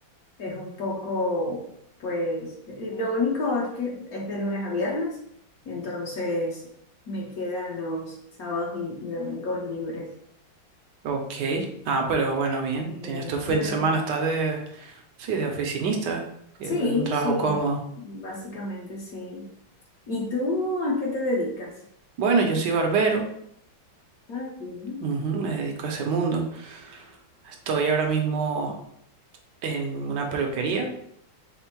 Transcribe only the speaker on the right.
Ok. Ah, pero bueno, bien.
Tienes tu fin
de semana, estás de, sí, de oficinista, que
es un trabajo
cómodo.
Bueno, yo soy barbero,
ujú, me dedico a ese mundo. Estoy ahora mismo en una peluquería